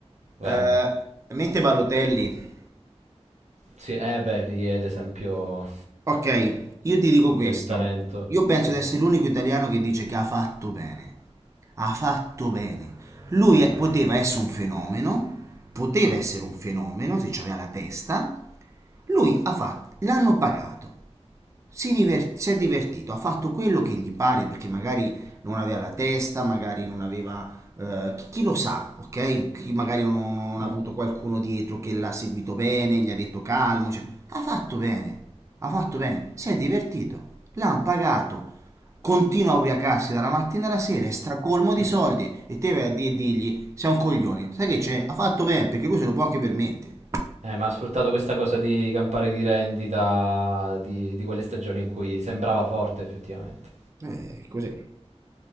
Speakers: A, on the right (about 90°); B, on the right (about 25°).
A: vai.
B: Eh, mette Balotelli.
A: Sì, eh, beh, lì è l'esempio
B: Ok, io ti dico questo.
A: del talento.
B: Io penso
A: Sì.
B: di essere l'unico italiano che dice che ha fatto bene. ha fatto bene. Lui è- poteva essere un fenomeno, poteva essere un fenomeno se c'aveva la testa, lui ha fatto, l'hanno pagato, si, diver- si è divertito, ha fatto quello che gli pare perché magari non aveva la testa, magari non aveva... eh, chi, chi lo sa, ok? Chi magari non, non- non
A: Mm.
B: ha avuto qualcuno dietro che l'ha seguito bene, gli ha detto calmo, cioè, ha fatto bene, ha fatto bene, si è divertito, l'hanno pagato, continua a ubriacarsi dalla mattina alla sera, è stracolmo di
A: <laughs>
B: soldi e te vai a di- dirgli sei un coglione, sai che c'è? Ha fatto bene perché lui se lo può anche permettere.
A: Eh, ma ha sfruttato questa cosa di campare di rendita di, di quelle stagioni in cui sembrava forte effettivamente.
B: Eh, così.